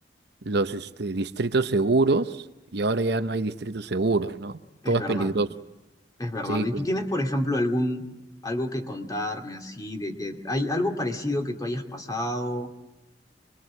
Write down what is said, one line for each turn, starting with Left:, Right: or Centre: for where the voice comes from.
Right: los este, distritos seguros y ahora ya no hay distritos seguros, ¿no?
Left: es
Right: Todo
Left: verdad,
Right: es peligroso.
Left: es verdad.
Right: Sí,
Left: ¿Y tú tienes, por ejemplo, algún, algo que contarme así, de que hay algo parecido que tú hayas pasado,